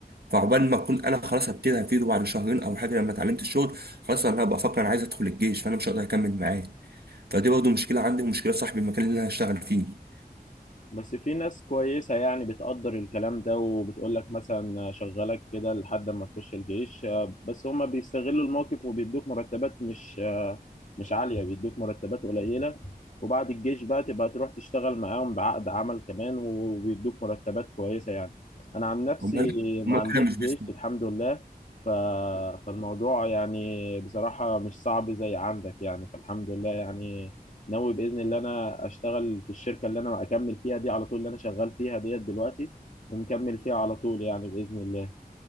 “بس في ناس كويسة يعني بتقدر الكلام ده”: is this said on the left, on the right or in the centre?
Left